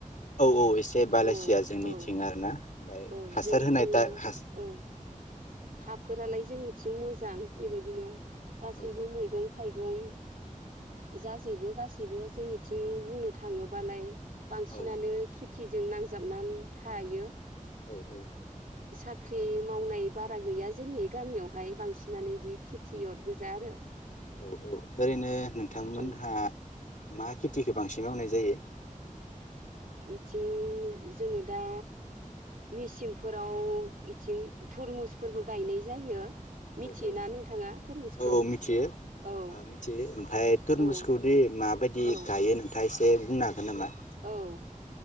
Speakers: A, on the left (about 65°); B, on the right (about 80°).
A: औ औ एसे बलासिया
B: औ
A: जोंनिथिं
B: औ
A: आरोना। ओमफ्राय
B: औ
A: हासार
B: जोंनिथिंलाय
A: होनाय दा हा
B: औ। हाफोरालाय जोंनिथिं मोजां बेबायदिनो। गासैबो
A: औ
B: मैगं थाइगं। बुं जाजोबो गासैबो जोंनिथिं बुंनो थाङोबालाय। बांसिनानो
A: औ
B: खि थिजों नांजाबनान थायो।
A: औ औ।
B: साख्रि मावनाय बारा गैया जोंनि गामियावहाय बांसिनानो बिदि खेथियत गोजा आरो।
A: औ औ ओरैनो। नोंथां मोनहा।
B: औ
A: मा खेथिखौ बांसिन मावनाय जायो।
B: इथिं जोङो दा मेसिंफोराव इथिं थुरमुसफोरबो गायनाय जायो।
A: औ
B: मिथियोना
A: औ नों
B: नोंथाङा थुरमुसखौ
A: औ औ मिथियो
B: औ
A: ओ मिथियो ओमफ्राय तुरमुसखौदि
B: औ
A: माबायदि
B: औ
A: गायो नोंथाङा एसे। बे बुंनो हागोन नामा।
B: औ